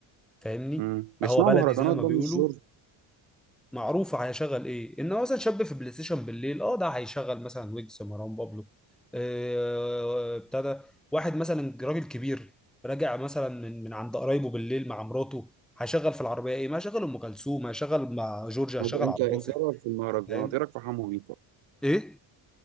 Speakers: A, in the centre; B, on the right.
A: فاهمني
B: مم. بيسمعوا
A: قهوه بلدي
B: مهرجانات
A: زي ما
B: بقى
A: بيقولوا
B: مش جورج
A: معروفه هيشغل ايه انما مثلا شاب في بلاي ستيشن بالليل اه ده هيشغل مثلا ويجز مروان بابلو آه، ابتدى واحد مثلا راجل كبير راجع مثلا من من عند قرايبه بالليل مع مراته هيشغل في العربيه ايه ما هيشغل ام كلثوم هيشغل مع جورجيا هيشغل
B: طب أنت
A: عبد الباسط
B: أنت إيه رأيك في المهرجانات؟
A: فاهم
B: إيه رأيك في حمو بيكا؟
A: ايه